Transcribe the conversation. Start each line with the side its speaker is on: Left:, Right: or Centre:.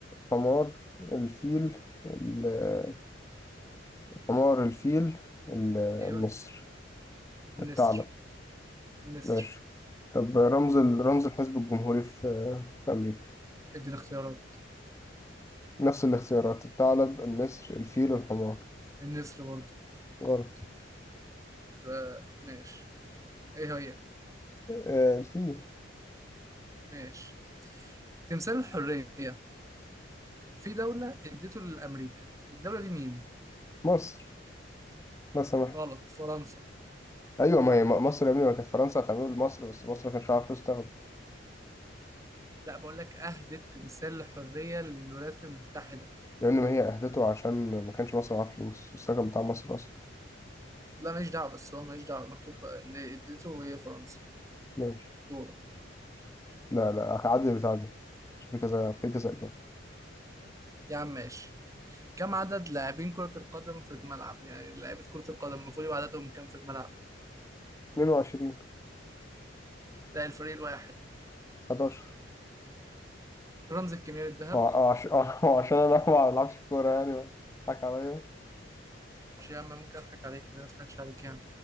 Left: حمار الفيل ال- حمار الفيل ال-
Right: ايوه
Left: النسر
Right: النسر
Left: الثعلب
Right: النسر
Left: ماشي طب رمز ال- رمز الحزب الجمهوري في في أمريكا
Right: اديني اختيارات
Left: نفس الاختيارات الثعلب النسر الفيل الحمار
Right: النسر برضه
Left: غلط
Right: يبقى ماشي ايه هي
Left: آه، الفيل
Right: ماشي تمثال الحريه في دوله اديته لامريكا الدوله دي مين
Left: مصر لا سمح
Right: غلط فرنسا
Left: أيوة ما هي م- مصر يا ابني ما كانت فرنسا هتعمله لمصر بس مصر ما كانش عارف فلوس تاخده
Right: لا بقول لك اهدت تمثال الحريه للولايات المتحده
Left: لأن ما هي أهدته عشان ما كانش مصر معاه فلوس السكن بتاع مصر أصلا
Right: لا ماليش دعوه بس هو ماليش دعوه مكتوب اللي اديته هي فرنسا
Left: ماشي
Right: دورة
Left: لا لا هعدي البتاع دي عشان في كذا في كذا كده
Right: يا عم ماشي كم عدد لاعبين كرة القدم في الملعب يعني لعيبة كرة القدم المفروض يبقى عددهم كام في الملعب
Left: 22
Right: لا الفريق الواحد
Left: 11
Right: الرمز الكيميائي الذهب
Left: هو هو عش- <laughs> هو عشان أنا <laughs> ما بلعبش كورة يعني بضحك عليا
Right: معرفش يا عم ممكن اضحك عليك أنا ما اضحكش عليك يعني